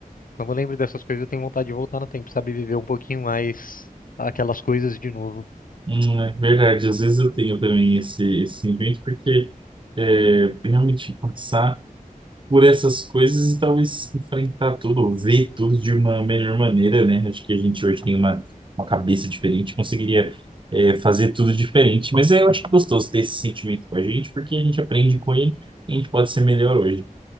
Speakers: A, on the left; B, on the right.
A: Quando eu lembro dessas coisas, eu tenho vontade de voltar no tempo, sabe? Viver um pouquinho mais aquelas coisas de novo.
B: Hum, é verdade, às vezes eu tenho também esse, esse sentimento, porque é, realmente passar. por essas coisas e talvez enfrentar tudo, ou ver tudo de uma melhor maneira, né? Acho que a gente hoje tem uma, uma cabeça diferente, conseguiria é, fazer tudo diferente. Mas eu acho gostoso ter esse sentimento com a gente, porque a gente aprende com ele e a gente pode ser melhor hoje.